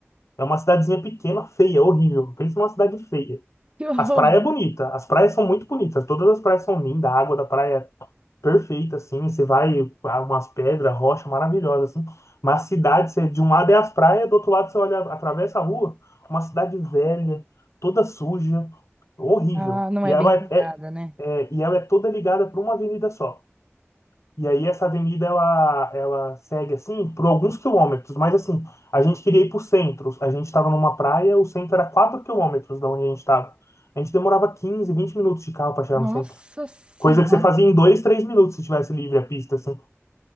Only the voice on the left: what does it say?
É uma cidadezinha pequena, feia, horrível. Pensa numa cidade feia.
As praias é bonita, as praias são muito bonitas, todas as praias são lindas, a água da praia é perfeita, assim, você vai, há umas pedras, rocha maravilhosa, assim. Mas a cidade, você, de um lado é as praias, do outro lado você olha, atravessa a rua, uma cidade velha, toda suja, horrível.
E
ela
é, é-
é, e ela é toda ligada por uma avenida só. E aí essa avenida ela, ela segue assim por alguns quilômetros, mas assim, a gente queria ir para o centro. A gente estava numa praia, o centro era 4 quilômetros da onde a gente estava. A gente demorava 15 20 minutos de carro para chegar
no centro.
Coisa que você fazia em 2 3 minutos se tivesse livre a pista, assim.